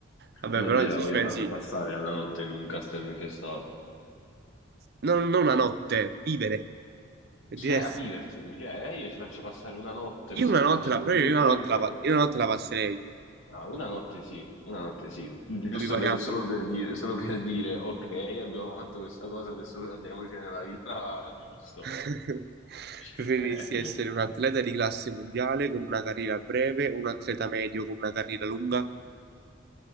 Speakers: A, on the right (about 50°); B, on the left (about 75°).
A: Vabbè,
B: <laughs> Io
A: però
B: gliela
A: se
B: voglio
A: ci pensi,
B: far passare una notte in un castello infestato.
A: non, non una notte, vivere è diverso.
B: Eh, a viverci, cioè eh, io ci faccio passare una notte così
A: Io una
B: dico
A: notte
B: ci
A: la,
B: vuoi
A: però
B: vivere
A: io una notte
B: ancora?
A: la, pa- io una notte la passerei,
B: Ah, una notte sì, una notte sì, giusto
A: ma vi pariamo.
B: per, solo per dire, solo per dire, ok, abbiamo fatto questa cosa, adesso andiamoci nella villa di lusso.
A: <laughs>
B: <laughs>
A: Preferiresti essere un atleta di classe mondiale con una carriera breve o un atleta medio con una carriera lunga?